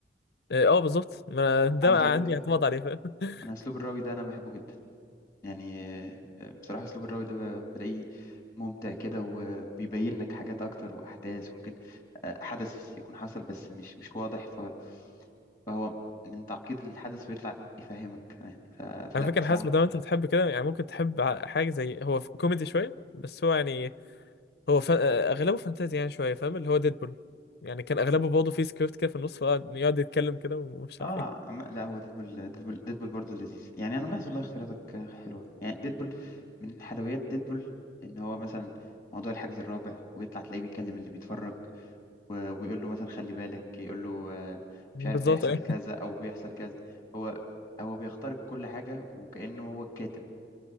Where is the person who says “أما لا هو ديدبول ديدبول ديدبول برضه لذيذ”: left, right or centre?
Left